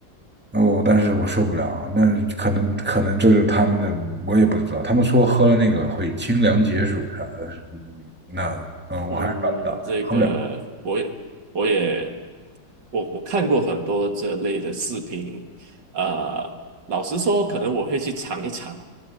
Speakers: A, in the centre; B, on the right.
A: 哦，但是我受不了啊，那可能可能这是他们的，我也不知道。他们说喝了那个会清凉解暑啥的，嗯那嗯、呃我还是办不到，
B: 嗯，这个我也我也
A: 喝不了。
B: 我我看过很多这类的视频，呃，老实说，可能我会去尝一尝。